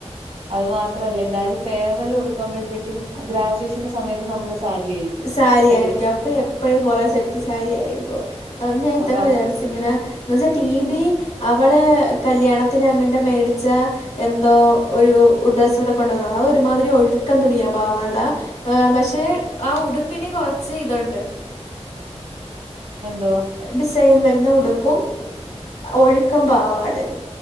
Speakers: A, on the right; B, on the left.
A: അത് മാത്രല്ല എന്തായാലും ഫെയർവെല് കൊടുക്കുമ്പോഴത്തേക്കും ഗ്രാജുവേഷന്റെ സമയത്ത് നമ്മള് സാരിയായിരിക്കും.
B: സാരി
A: സെറ്റസ്
B: ആയിരിക്കും അപ്പൊ എപ്പഴും കൊറെേ സെറ്റ് സാരി ആയിരിക്കും അതുകണ്ട് ഞാൻ ഇത്തവണ
A: അപ്പം
B: വിചാരിച്ചു ഇങ്ങനെ എന്നുവെച്ചാൽ ടി ബി അവളെ കല്യാണത്തിന് അങ്ങനത്തെ മേടിച്ച എന്തോ ഒരു ഡ്രസ്സ് ഇവിടെ കൊണ്ടുവന്ന അതൊ ഒരുമാതിരി ഒഴുക്കൻ തുണിയാ പാവാട ആ പക്ഷെ ആ ഉടുപ്പിന് കൊറച്ച് ഇതുണ്ട്
A: എന്തുവാ.
B: ഡിസൈൻ വരുന്ന ഉടുപ്പും ഒഴുക്കൻ പാവാടയും